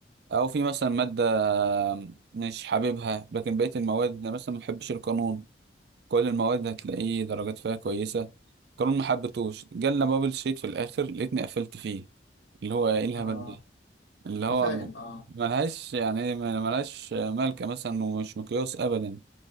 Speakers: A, on the right; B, on the left.
A: او في مثلا ماده مش حاببها لكن بقيه المواد انا مثلا ما بحبش القانون كل المواد هتلاقيه درجات فيها كويسة قانون محبتوش جالنا بابل شيت في الآخر لقيتني قفلت فيه اللي هو ايه الهبل
B: آه،
A: دي اللي هو
B: تفاهم
A: م-
B: اه
A: ملهاش يعني ملهاش مالكة مثلا ومش مقياس أبدا